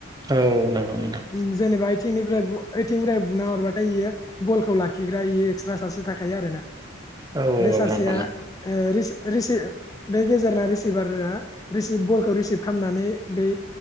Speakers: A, on the right (about 20°); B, on the left (about 15°).
A: औ नोंगौ नोंथां
B: उम जेनेबा ओइथिंनिफ्राय बु ओइथिंनिफ्राय बुना हरबाथाय इयो बलखौ लाखिग्रा इयो एक्सट्रा साससे थाखायो आरो ना
A: औ औ
B: बे सासेया
A: औ नंगौ
B: ओ रिसिभ रिसि बे गेजेरना रिसिभारा रिसिभ बलखौ रिसिभ खालामनानै बै